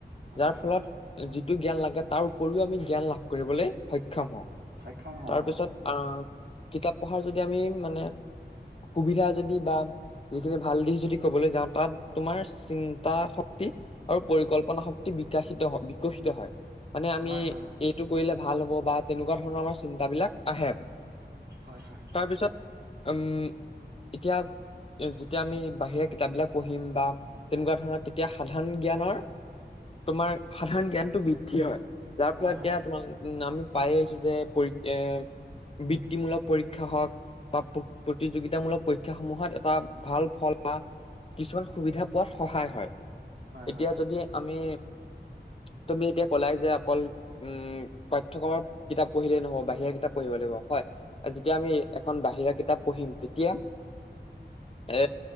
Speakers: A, on the right (about 65°); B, on the left (about 30°).
A: অ হয়
B: যাৰ
A: হয়
B: ফলত যিটো জ্ঞান লাগে তাৰ উপৰিও আমি জ্ঞান লাভ কৰিবলৈ সক্ষম হওঁ।
A: সক্ষম হওঁ
B: তাৰপিছত আহ কিতাপ পঢ়াৰ যদি আমি মানে সুবিধা যদি বা যিখিনি ভাল দিশ যদি ক'বলৈ যাওঁ তাত তোমাৰ চিন্তা শক্তি আৰু পৰিকল্পনা শক্তি বিকাশিত হয় বিকশিত হয়। মানে আমি
A: অ হয় হয়
B: এইটো কৰিলে ভাল হ'ব বা তেনেকুৱা ধৰণৰ আমাৰ চিন্তা বিলাক আহে।
A: হয় হয়।
B: তাৰপিছত উম এতিয়া যেতিয়া আমি বাহিৰা কিতাপ বিলাক পঢ়িম বা তেনেকুৱা ধৰণৰ তেতিয়া সাধাৰণ জ্ঞানৰ তোমাৰ সাধাৰণ জ্ঞানটো বৃদ্ধি হয় যাৰ
A: হয়
B: ফলত এতিয়া
A: হয়
B: তোমাৰ উম আমি পাই আহিছো যে পৰীক্ষ এ বৃত্তিমূলক পৰীক্ষা হওক। বা প্ৰতিযোগিতামূলক পৰীক্ষা সমূহত এটা ভাল ফল বা কিছুমান সুবিধা পোৱাত সহায় হয়
A: হয়
B: এতিয়া
A: হয়
B: যদি
A: অ
B: আমি তুমি এতিয়া কলাই যে অকল উম পাঠ্যক্ৰমৰ কিতাপ পঢ়িলেই নহব বাহিৰা কিতাপ পঢ়িব লাগিব হয় যেতিয়া আমি এখন বাহিৰা কিতাপ পঢ়িম তেতিয়া এ